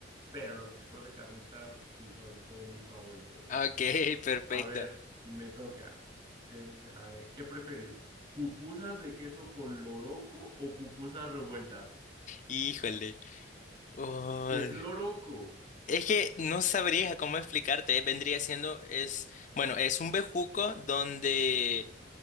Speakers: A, on the right; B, on the left.
A: pero los tacos de carnitas sí son como mis favoritos.
B: Ok, <laughs> perfecto.
A: A ver, me toca. Tengo que, a ver, ¿qué prefieres? ¿Pupusas de queso con loroco o pupusas revueltas?
B: Híjole. Oh.
A: ¿Qué es loroco?
B: Es que no sabría cómo explicarte, eh, vendría siendo, es, bueno, es un bejuco donde,